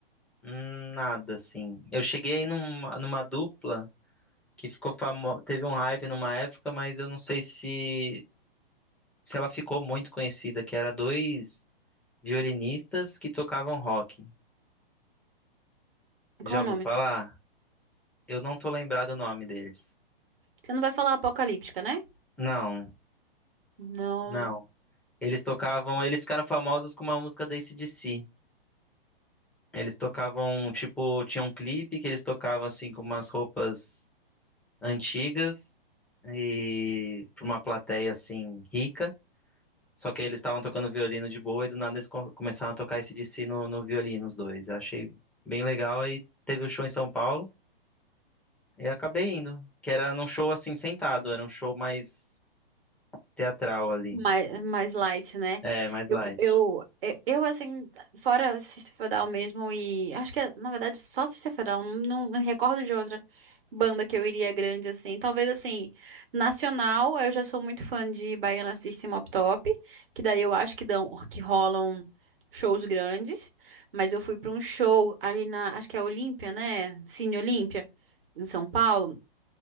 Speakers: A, in the centre; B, on the right.
A: hum, nada assim. Eu cheguei numa, numa dupla que ficou famosa, teve um hype numa época, mas eu não sei se se ela ficou muito conhecida, que era dois Violinistas que tocavam rock. Já
B: Qual o
A: ouviu
B: nome?
A: falar? Eu não tô lembrado o nome deles.
B: Você não vai falar Apocalíptica, né?
A: Não,
B: Não.
A: não. Eles tocavam, eles ficaram famosos com uma música da AC/DC. Eles tocavam, tipo, tinha um clipe que eles tocavam assim com umas roupas antigas e pra uma plateia assim rica. Só que aí eles estavam tocando violino de boa e do nada eles co- começaram a tocar AC/DC no, no violino, os dois. Eu achei bem legal e teve o show em São Paulo. Eu acabei indo, que era num show assim sentado, era um show mais teatral ali.
B: Mais, mais light, né?
A: É, mais
B: Eu,
A: light.
B: eu, é, eu, assim, fora Sister Fadal mesmo, e acho que, é, na verdade, só Sister Fadal, não, não recordo de outra banda que eu iria grande, assim. Talvez, assim, nacional, eu já sou muito fã de Baiana System Up Top, que daí eu acho que dão, que rolam shows grandes, mas eu fui para um show ali na, acho que é Olímpia, né? Cine Olímpia, em São Paulo